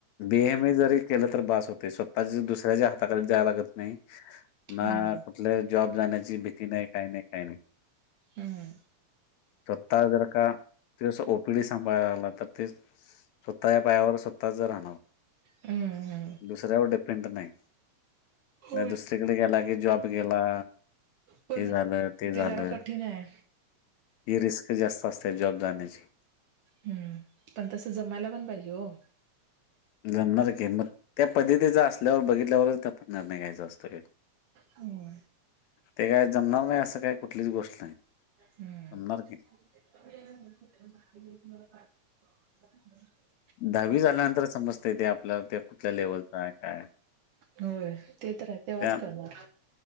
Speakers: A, on the left; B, on the right.
A: बी एम एस जरी केलं तर बास होतय स्वतःची दुसऱ्याच्या हाताखाली जायला लागत नाही. ना
B: हम्म
A: कुठल जॉब जाण्याची भीती नाय काय नाय काय नाय.
B: हम्म
A: स्वतः जर का ते अस ओ ओपिडी सांभाळाला लागला तर ते स्वतः या पायावर स्वतः जरा
B: हम्म हम्म
A: दुसऱ्यावर डिपेंट नाही
B: होय
A: ना दुस- तिकड गेला की जॉब गेला.
B: पण
A: हे झालं ते झालं
B: जरा कठीण आहे
A: हीं रिस्क जास्त असत जॉब जाण्याची
B: हम्म पण तस जमायला पण पाहिजे ओ
A: जमणार की मग त्या पद्धतीचा असल्यावर बघितल्यावरच ते आपण निर्णय घ्यायचा असतो की
B: हम्म
A: ते काय जमणार नाय असं काय कुठलीच गोष्ट नाय.
B: हम्म
A: जमणार की
B: <unintelligible> <unintelligible>
A: दहावी झाल्यानंतर समजतय ते आपल्या ते कुठल्या लेवलचा आहे काय
B: होय ते तर आहे तेव्हाच
A: त्या
B: कळणार